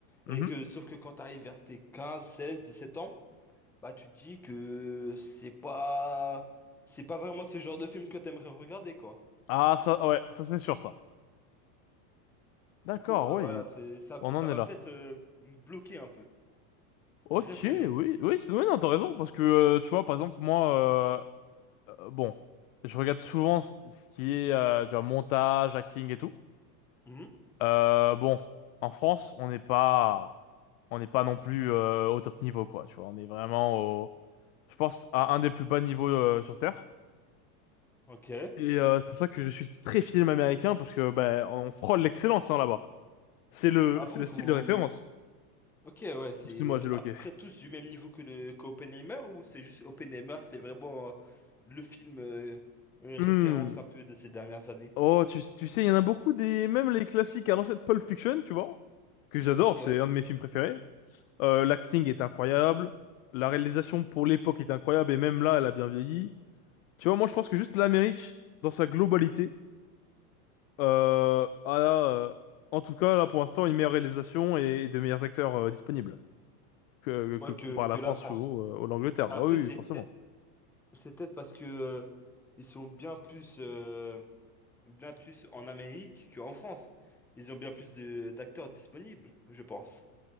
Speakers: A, on the left; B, in the centre.
A: Mhm.
B: Et que, sauf que quand t'arrives vers tes quinze seize dix sept ans, bah, tu te dis que c'est pas, c'est pas vraiment ce genre de film que t'aimerais regarder, quoi.
A: Ah ça, ouais, ça c'est sûr ça. D'accord,
B: Du coup, euh,
A: oui,
B: voilà, c'est, ça,
A: on
B: ça
A: en est
B: m'a
A: là.
B: peut-être euh, bloqué un peu,
A: Ok,
B: réfréné.
A: oui, oui, c'est- oui, non, t'as raison, parce que euh, tu vois, par exemple, moi, euh, euh, bon, je regarde souvent c- ce qui est euh, tu vois, montage, acting et tout.
B: Mhm.
A: Euh, bon, en France, on n'est pas, on n'est pas non plus euh, au top niveau, quoi. Tu vois, on est vraiment au, je pense, à un des plus bas niveaux euh, sur Terre.
B: Ok.
A: Et euh, c'est pour ça que je suis très film américain, parce que ben on frôle l'excellence hein, là-bas. C'est le,
B: Ah
A: c'est
B: bon,
A: le
B: vous,
A: style de référence.
B: Ok, ouais, c'est
A: Excuse-moi, j'ai loqué.
B: à peu près tous du même niveau que le que Oppenheimer ou c'est juste Oppenheimer, c'est vraiment euh, le film euh, une
A: Hmm.
B: référence un peu de ces dernières années.
A: Oh, tu, tu sais, il y en a beaucoup des, même les classiques à l'ancienne Pulp Fiction, tu vois, que j'adore,
B: Ok,
A: c'est un de mes films préférés. Euh, l'acting est incroyable, la réalisation pour l'époque est incroyable, et même là, elle a bien vieilli. Tu vois, moi, je pense que juste l'Amérique, dans sa globalité, euh, a, euh, en tout cas, là, pour l'instant, une meilleure réalisation et, de meilleurs acteurs euh, disponibles que,
B: moi
A: que, comparé
B: que,
A: à la
B: que
A: France
B: la France.
A: ou, euh, ou l'Angleterre.
B: Après
A: Oh oui,
B: c'est
A: forcément.
B: peut-être c'est peut-être parce que euh, ils sont bien plus euh, bien plus en Amérique qu'en France. Ils ont bien plus de d'acteurs disponibles, je pense.